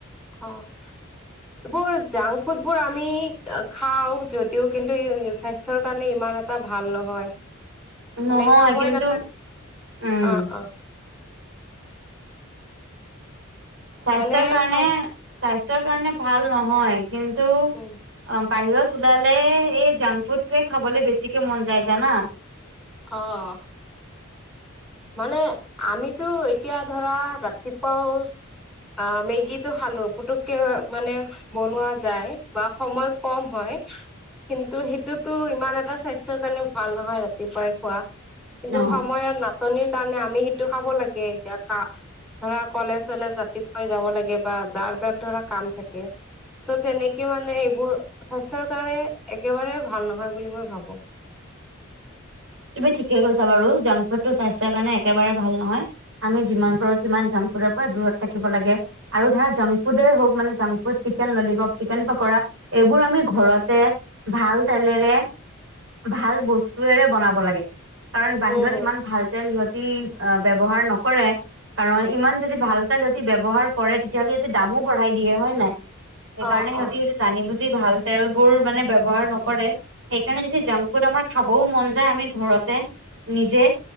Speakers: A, in the centre; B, on the right.
A: অহ এইবোৰ জাংক ফুডবোৰ আমি খাওঁ যদিও কিন্তু স্বাস্থ্যৰ কাৰণে ইমান এটা ভাল নহয়।
B: নহয়
A: মানে সময়
B: কিন্তু
A: নাথা
B: উম
A: অ', অ',
B: স্বাস্থ্যৰ
A: মানে
B: কাৰণে
A: স
B: স্বাস্থ্য স্বাস্থ্যৰ কাৰণে ভাল নহয় কিন্তু আ
A: উম,
B: বাহিৰত ওলালে এই জাংক ফুডটোৱে খাবলৈ বেছিকে মন যায় জানা
A: অহ মানে আমিতো এতিয়া ধৰা ৰাতিপুৱাও অহ মেগীটো খালো পুটুককে মানে বনোৱা যায় বা সময় কম হয় কিন্তু সেইটোতো ইমান এটা স্বাস্থ্যৰ কাৰণে ভাল নহয় ৰাতিপুৱাই খোৱা কিন্তু
B: অ
A: সময়ৰ নাট নাটনিৰ কাৰণে আমি সেইটো খাব লাগে এতিয়া ধৰা কলেজ চলেজ ৰাতিপুৱাই যাব লাগে বা যাৰ যাৰ ধৰা কাম থাকে তহ তেনেকে মানে এইবোৰ স্বাস্থ্যৰ কাৰণে এক একেবাৰে ভাল নহয় বুলি মই ভাবো
B: তুমি ঠিকে কৈছা বাৰু জাংক ফুড টো স্বাস্থ্যৰ কাৰণে একেবাৰে ভাল নহয় আমি যিমান পাৰো সিমান জাংক ফুডৰ পৰা দূৰত থাকিব লাগে আৰু ধৰা জাংক ফুডে হওক মানে junk food chicken lollipop chicken pakora এইবোৰ আমি ঘৰতে ভাল তেলেৰে ভাল বস্তুেৰে বনাব লাগে কাৰণ বাহিৰত
A: উম,
B: ইমান ভাল তেল ইহ ইহ ব্যৱহাৰ নকৰে কাৰণ ইমান যদি ভাল তেল ব্যৱহাৰ কৰে তেতিয়াহ'লে ইয়াতে দামো বঢ়াই দিয়ে হয় নে নাই? সেই
A: অ',
B: কাৰণে সিহঁতি
A: অ',
B: সেইটো জানি বুজি যি ভাল তেলবোৰ মানে ব্যৱহাৰ নকৰে সেইকাৰণে যদি
A: উম,
B: জাংকফুড আমাৰ খাবও মন যে আমি ঘৰতে নিজে